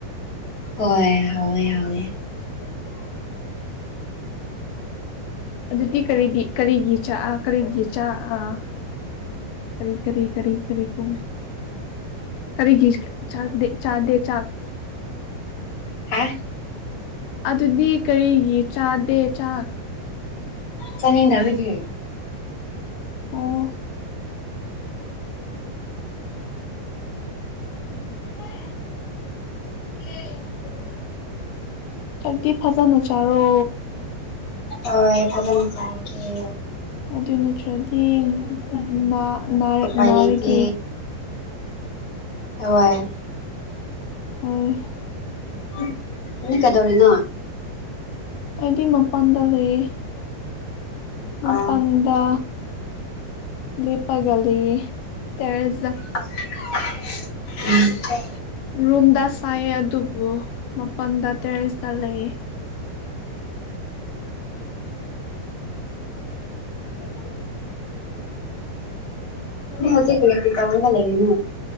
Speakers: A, on the left; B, on the left.
A: ꯍꯣꯏ ꯍꯥꯎꯋꯦ ꯍꯥꯎꯋꯦ
B: <unintelligible> ꯑꯗꯨꯗꯤ ꯀꯔꯤꯕꯤ ꯀꯔꯤꯒꯤ ꯆꯥ ꯑ ꯀꯔꯤꯒꯤ ꯆꯥ ꯑꯥ ꯀꯔꯤ ꯀꯔꯤ ꯀꯔꯤ ꯀꯔꯤ ꯀꯣꯡꯅꯦ ꯀꯔꯤꯒꯤ ꯏꯁ ꯆꯥꯛꯗꯦ ꯆꯥꯗꯦ ꯆꯥꯛ
A: ꯍꯥ
B: ꯑꯗꯨꯗꯤ ꯀꯔꯤꯒꯤ ꯆꯥꯗꯦ ꯆꯥꯛ
A: ꯆꯥꯅꯤꯡꯗꯕꯒꯤ
B: ꯑꯣ <unintelligible> ꯍꯧꯗꯤ ꯐꯖꯟꯅ ꯆꯥꯔꯣ
A: ꯑꯣꯏ ꯐꯖꯅ ꯆꯥꯔꯒꯦ
B: ꯑꯗꯨ ꯅꯠꯇ꯭ꯔꯗꯤ ꯅꯥ ꯅꯥꯔ
A: ꯎꯄꯥꯏ
B: ꯅꯥꯔꯒꯦ
A: ꯂꯩꯇꯦ ꯍꯋꯥꯏ
B: ꯑꯣꯏ
A: ꯎꯝ ꯅꯪ ꯀꯩꯗꯧꯔꯤꯅꯣ
B: ꯑꯩꯗꯤ ꯃꯄꯥꯟꯗ ꯂꯩꯌꯦ ꯃꯄꯥꯟꯗ
A: ꯑ
B: ꯂꯦꯞꯄꯒ ꯂꯩꯌꯦ ꯇꯦꯔꯦꯁꯗꯥ
A: <unintelligible> ꯎꯝ
B: ꯔꯨꯝꯗ ꯁꯥꯏꯌꯦ ꯑꯗꯨꯕꯨ ꯃꯄꯟꯗ ꯇꯦꯔꯦꯁꯇ ꯂꯩ <unintelligible>
A: ꯗꯤ ꯍꯧꯖꯤꯛ ꯀ꯭ꯔꯤ ꯀ꯭ꯔꯤ ꯇꯧꯔꯒ ꯂꯩꯔꯤꯅꯣ